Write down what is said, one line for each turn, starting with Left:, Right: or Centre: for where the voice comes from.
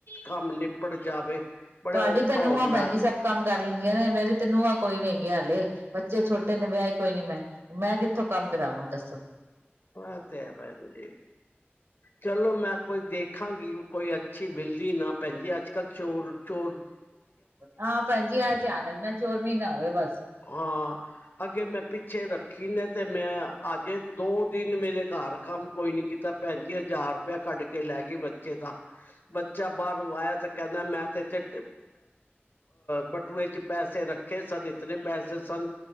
Left: ਕੰਮ ਨਿਪੜ ਜਾਵੇ। ਬੜਾ
Right: ਤੁਹਾਡੀ
Left: ਔਖਾ
Right: ਤੈਨੂੰ
Left: ਹੁੰਦਾ
Right: ਨੂੰਹਾਂ ਭਜੀ ਸਭ ਕੰਮ ਕਰ ਲੈਂਦੀਆਂ ਨੇ ਮੇਰੀ ਤੇ ਨੂੰਹਾਂ ਕੋਈ ਨੀ ਹੈਗੀਆਂ ਹਾਲੇ ਬੱਚੇ ਛੋਟੇ ਨੇ ਵਿਆਹ ਕੋਈ ਨੀ ਮੈਂ ਮੈਂ ਕਿੱਥੋਂ ਕੰਮ ਕਰਾਵਾਂ ਦੱਸੋ।
Left: ਹਾਂ ਤੇ ਹੈ ਭੈਣ ਜੀ, ਚਲੋ, ਮੈਂ ਕੋਈ ਦੇਖਾਂਗੀ ਕੋਈ ਅੱਛੀ ਬਿੱਲੀ ਨਾ ਪੈਂਦੀ ਅੱਜ ਕੱਲ ਚੋਰ-ਚੋਰ,
Right: ਹਾਂ ਭੈਣਜੀ ਆ ਧਿਆਨ ਰੱਖਣਾ ਚੋਰਨੀ ਨਾ ਹੋਵੇ ਬਸ,
Left: ਹਾਂ ਅੱਗੇ ਮੈਂ ਪਿੱਛ ਪਿੱਛੇ ਰੱਖੀ ਨੇ ਤੇ ਮੈਂ ਅਜੇ ਦੋ ਦਿਨ ਮੇਰੇ ਘਰ ਕੰਮ ਕੋਈ ਨੀ ਕੀਤਾ ਭੈਣ ਹਜ਼ਾਰ ਰੁਪਈਆ ਕੱਢ ਕੇ ਲੈ ਗਈ ਬੱਚੇ ਦਾ ਬੱਚਾ ਬਾਹਰੋਂ ਆਇਆ ਤੇ ਕਹਿੰਦਾ ਮੈਂ ਤੇ ਇੱਥੇ, ਬਟੂਏ ਚ ਪੈਸੇ, ਤੇ ਰੱਖੇ ਸਾਡੇ, ਪੈਸੇ ਸਨ